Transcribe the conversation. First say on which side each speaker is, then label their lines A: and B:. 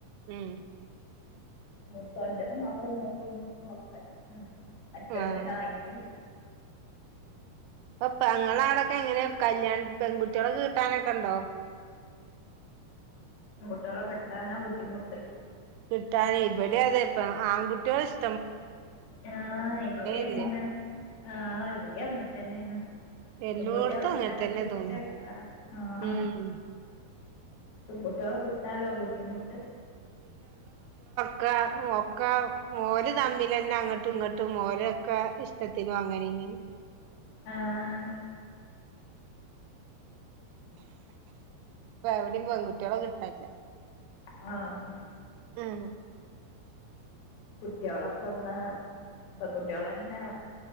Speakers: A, on the right; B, on the left.
A: ഉം
B: മൂത്തോന്റേത് മാത്രേ നോക്ക് നോക്കച്ച്ട്ടാണ് മറ്റോന്
A: ആഹ്
B: ന്തേ ആയ്ട്ടില്ലേ
A: അപ്പ ങ്ങളാടൊക്കെ എങ്ങനെ കല്യാൺ പെൺകുട്ട്യാളൊക്കെ കിട്ടാനൊക്കെ ണ്ടോ
B: ട്ട്യാളെ കിട്ടാന ബുദ്ധിമുട്ട്
A: കിട്ടാാന ഇവിടെ അതെ പ്പോ ആൺകുട്ട്യാൾ ഇഷ്
B: ആഹ ഇവിടെന്നെ
A: ഇല്ല
B: ആഹ ഇവിടെ അങ്ങത്തന്നെയാണ്
A: എല്ലോടത്തും
B: പെൺകുട്ട്യാളെ കിട്ടാനും
A: അങ്ങനെ തന്നെ
B: വല്യ
A: തോന്നുന്നു
B: ഇടങ്ങാറ ആഹ
A: ഉം
B: പെൺകുട്ട്യാളെ കിട്ടാള്ള ബുദ്ധിമുട്ട്
A: ഒക്ക ഒക്കെ ഓര് തമ്മിൽ തന്നെ അങ്ങോട്ടും ഇങ്ങോട്ടും ഓരേ ക്കെ ഇഷ്ടത്തിലും അങ്ങനിങ്ങനിം
B: ആഹ
A: പ്പോ എവിടിം പെൺകുട്ട്യാളെ കിട്ടാല്യ
B: ആഹ
A: ആഹ
B: കുട്ട്യാളോക്കെ ന്ന് പെൺകുട്ട്യാള്ളെന്നെ